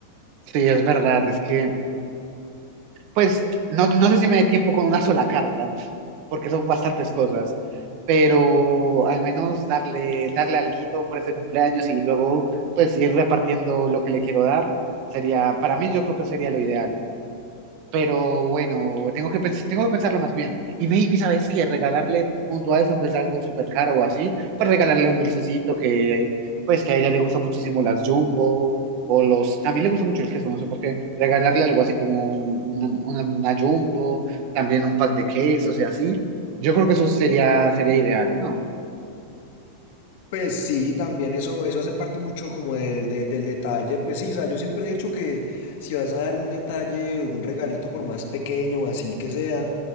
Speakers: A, on the right; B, on the left.
A: Sí, es verdad, es que pues no, no sé si me dé tiempo con una sola carta, porque son bastantes cosas, pero al menos darle, darle alguito por este cumpleaños y luego pues ir repartiendo lo que le quiero dar, sería, para mí yo creo que sería lo ideal. Pero bueno, tengo que, pens- tengo que pensarlo más bien. Y maybe, ¿sabes que Regalarle un dulce en vez de algo súper caro o así, pues regalarle un dulcecito que, pues que a ella le gusta muchísimo las Jumbo o los... También le gusta mucho el queso, no sé por qué. Regalarle algo así como una, una, una Jumbo, también un pack de quesos y así. Yo creo que eso sería, sería ideal, ¿no?
B: Pues sí, también eso, eso hace parte mucho como del, de- del detalle. Pues sí, o sea, yo siempre he dicho que si vas a dar un detalle, o algún regalito, por más pequeño, o así que sea,